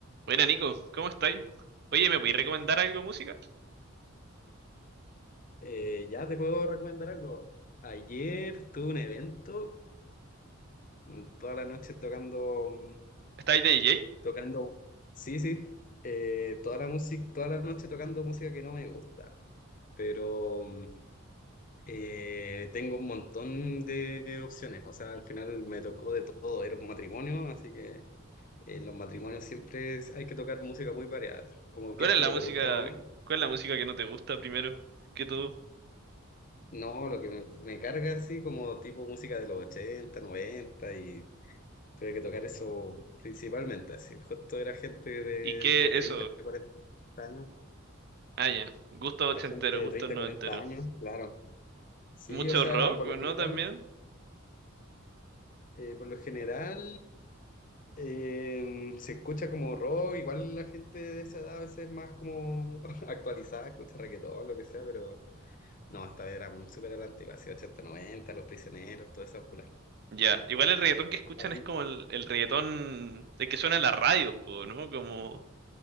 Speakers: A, on the right (about 50°); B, on the left (about 40°).
A: Buena Nico, ¿cómo estáis? Oye, ¿me podéis recomendar algo de música?
B: Eh, ya te puedo recomendar algo. Ayer tuve un evento, mm, toda la noche tocando, mm,
A: ¿Estáis de DJ?
B: tocando, sí, sí, eh, toda la música, toda la noche tocando música que no me gusta, pero mm, eh, tengo un montón de opciones. O sea, al final me tocó de todo. Era un matrimonio, así que en los matrimonios siempre es- hay que tocar música muy variada. como
A: ¿Cuál
B: qué estilo
A: es la música,
B: te gusta más o menos?
A: cuál es la música que no te gusta primero que todo?
B: No, lo que me, me carga así como tipo música de los ochenta noventa y Tuve que tocar eso principalmente, así. Justo era gente de
A: ¿Y qué
B: entre 30
A: eso?
B: y 40 años.
A: Ah, ya. Gusto ochentero,
B: La gente de
A: gusto
B: 30
A: noventero.
B: a 40 años, claro. Sí,
A: ¿Mucho
B: o sea,
A: rock
B: por
A: o
B: lo
A: no
B: general,
A: también?
B: eh, por lo general eh, se escucha como rock, igual la gente de esa edad a veces es más como <laughs> actualizada, escucha reggaetón, lo que sea, pero no, hasta eran súper a la antigua, así 80, 90, Los Prisioneros, todas esas puras.
A: Ya. Igual el reggaetón que escuchan
B: ¿A ti
A: es como el, el reggaetón de que suena en las radios, po, ¿no? Como